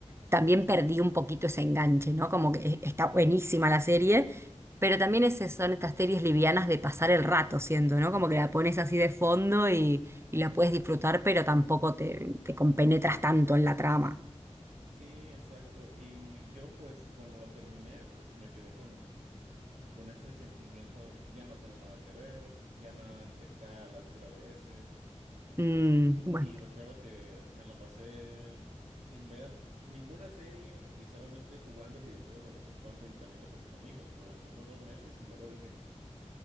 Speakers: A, on the right; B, on the right.
A: también perdí un poquito ese enganche, ¿no? Como que e- está buenísima la serie, pero también esas son estas series livianas de pasar el rato, siendo, ¿no? Como que la pones así de fondo y, y la puedes disfrutar, pero tampoco te, te compenetras tanto en la trama.
B: Sí, exacto, y yo pues cuando lo terminé, pues me quedé con, con ese sentimiento, ya no tengo nada que ver, ya nada está a la altura de ese.
A: Mm,
B: Este,
A: bueno,
B: y recuerdo que me la pasé sin ver ninguna serie y solamente jugando videojuegos de vez en cuando y saliendo con mis amigos durante unos dos meses y luego dije,